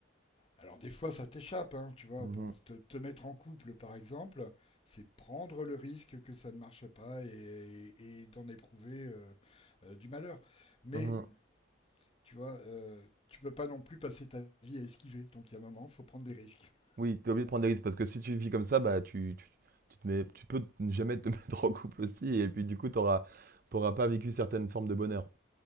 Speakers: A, on the left; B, on the right.
A: Alors des fois ça t'échappe, hein, tu vois.
B: Mhm,
A: Bon, te, te mettre en couple par exemple, c'est prendre le risque que ça ne marche pas et, et- et d'en éprouver euh, euh, du malheur. Mais
B: mhm.
A: Tu vois, euh, tu peux pas non plus passer ta vie à esquiver. Donc, il y a un moment, il faut prendre des risques. <laughs>
B: Oui, t'es obligé de prendre des risques parce que si tu vis comme ça, bah tu, tu, tu te mets, tu peux ne jamais te <laughs> mettre en couple aussi et puis du coup, t'auras, t'auras pas vécu certaines formes de bonheur.